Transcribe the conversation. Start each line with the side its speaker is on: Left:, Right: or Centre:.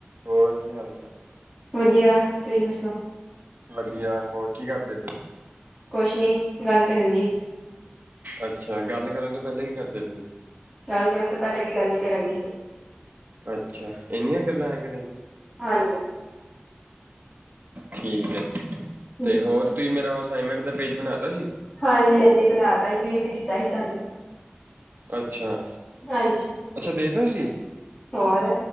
Right: ਹੋਰ ਕੀ ਹਾਲ ਚਾਲ-
Left: ਵਧੀਆ ਤੁਸੀਂ ਦੱਸੋ-
Right: ਵਧੀਆ ਹੋਰ ਕੀ ਕਰਦੇ ਪਏ ਹੋ।
Left: ਕੁਛ ਨੀ ਗੱਲ ਕਰ ਰਹੀ।
Right: ਅੱਛਾ ਗੱਲ ਕਰਨ ਤੋਂ ਪਹਿਲਾਂ ਹੀ ਕਰਦੇ ਪਏ-
Left: ਗੱਲ ਕਰਨ ਤੋਂ ਪਹਿਲੇ ਵੀ ਗੱਲ ਹੀ ਕਰਦੀ ਸੀ।
Right: ਅੱਛਾ ਇਹਨੀਆਂ ਗੱਲਾਂ ਹੈ। ਇਕ ਦਿਨ 'ਚ-
Left: ਹਾਂਜੀ-
Right: ਠੀਕ ਹੈ
Left: ਹਾਂਜੀ
Right: ਤੇ ਹੋਰ ਤੁਸੀਂ ਮੇਰਾ ਅਸਾਈਨਮੈਂਟ ਦਾ ਪੇਜ ਬਣਾ ਤਾ ਸੀ।
Left: ਹਾਂਜੀ- ਹਾਂਜੀ ਬਣਾ ਦਿਤਾ ਸੀ ਦੇ ਵੀ ਦਿੱਤਾ ਸੀ ਤੁਹਾਨੂੰ
Right: ਅੱਛਾ-
Left: ਹਾਂਜੀ
Right: ਅੱਛਾ ਦੇਤਾ ਸੀ।
Left: ਹੋਰ